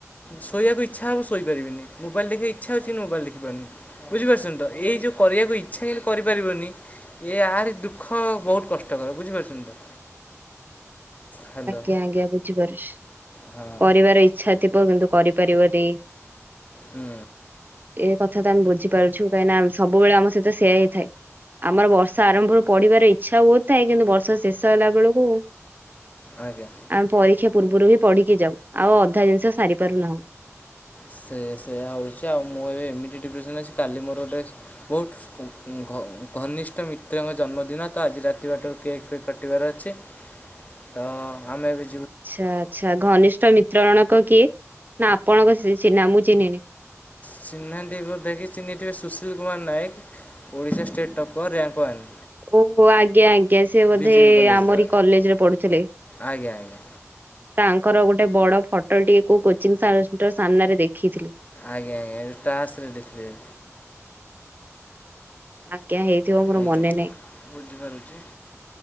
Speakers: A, on the left; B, on the right.
A: ଶୋଇବାକୁ ଇଚ୍ଛା ହବ ଶୋଇ ପାରିବିନି ମୋବାଇଲ ଦେଖିବା ଇଛା ହଉଛି କିନ୍ତୁ ମୋବାଇଲ ଦେଖିପାରୁନି। ବୁଝିପାରୁଛନ୍ତି ତ ଏଇ ଯୋଉ କରିବାକୁ ଇଚ୍ଛା କିନ୍ତୁ କରିପାରିବନି। ଇଏ ଆହୁରି ଦୁଃଖ ବହୁତ କଷ୍ଟକର ବୁଝିପାରୁଛନ୍ତି ତ? ହ୍ୟାଲୋ
B: ଆଜ୍ଞା ଆଜ୍ଞା ବୁଝିପାରୁଛି।
A: ହଁ
B: କରିବାର ଇଚ୍ଛା ଥିବ କିନ୍ତୁ କରିପାରିବନି।
A: ହୁଁ
B: ଏ କଥା ତ ଆମେ ବୁଝିପାରୁଛୁ କାହିଁକିନା ସବୁବେଳେ ଆମ ସହିତ ସେୟା ହି ଥାଏ। ଆମର ବର୍ଷ ଆରମ୍ଭରୁ ପଢିବାର ଇଚ୍ଛା ବହୁତ ଥାଏ କିନ୍ତୁ ବର୍ଷ ଶେଷ ହେଲା ବେଳକୁ
A: ଆଜ୍ଞା।
B: ଆମେ ପରୀକ୍ଷା ପୂର୍ବରୁ ହିଁ ପଢ଼ିକି ଯାଉ ଆଉ ଅଧା ଜିନିଷ ସାରିପାରୁନାହୁଁ।
A: ସେଇୟା ସେଇୟା ହଉଛି ଆଉ ମୁଁ ଏବେ ଏମିତି ଡିପ୍ରେସନ୍ ଅଛି କାଲି ମୋର ଗୋଟେ ବହୁଟ ଭ ଘନିଷ୍ଠ ମିତ୍ରଙ୍କ ଜନ୍ମଦିନ ତ ଆଜି ରାତି ବାରଟାରୁ କେକ୍ ଫେକ୍ କାଟିବାର ଅଛି। ତ ଆମେ ବି
B: ଆଚ୍ଛା ଆଛା ଘନିଷ୍ଠ ମିତ୍ର ରଣକ କିଏ? ନା ଆପଣଙ୍କ ସେ ଚିହ୍ନା ମୁଁ ଚିହ୍ନିନି।
A: ଚିହ୍ନିନାହାନ୍ତି ବୋଧେକି ଚିହ୍ନିଥିବେ Sushil Kumar Nayak Odisha state topper rank one.
B: ଓ ହ ଆଜ୍ଞା ଆଜ୍ଞା ସେ ବୋଧେ
A: ବିଜେପି କଲେଜର
B: ଆମରି କଲେଜରେ ପଢୁଥିଲେ।
A: ଆଜ୍ଞା ଆଜ୍ଞା
B: ତାଙ୍କର ଗୋଟେ ବଡ ଫଟୋଟି କଉ କୋଚିଂ ସେଣ୍ଟର ସାମ୍ନାରେ ଦେଖିଥିଲି।
A: ଆଜ୍ଞା ଆଜ୍ଞା ଟାସରେ ଦେଖିଥିବେ।
B: ଆଜ୍ଞା ହେଇଥିବ ମୋର
A: ଆଜ୍ଞା
B: ମନେ ନାହିଁ।
A: ବୁଝିପାରୁଛି